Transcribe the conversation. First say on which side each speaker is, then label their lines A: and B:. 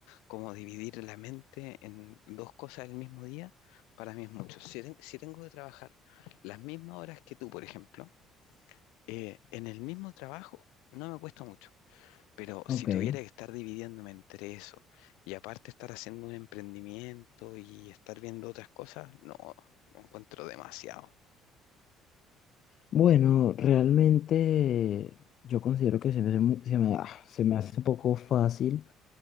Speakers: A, on the left; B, on the left.
A: Como dividir la mente en dos cosas el mismo día, para mí es mucho. Si, ten- si tengo que trabajar las mismas horas que tú, por ejemplo, eh, en el mismo trabajo, no me cuesta mucho pero
B: Ok.
A: si tuviera que estar dividiéndome entre eso y aparte estar haciendo un emprendimiento y estar viendo otras cosas, no, lo encuentro demasiado.
B: Bueno, realmente yo considero que se me, hace mu- se me, ah, se me hace un poco fácil,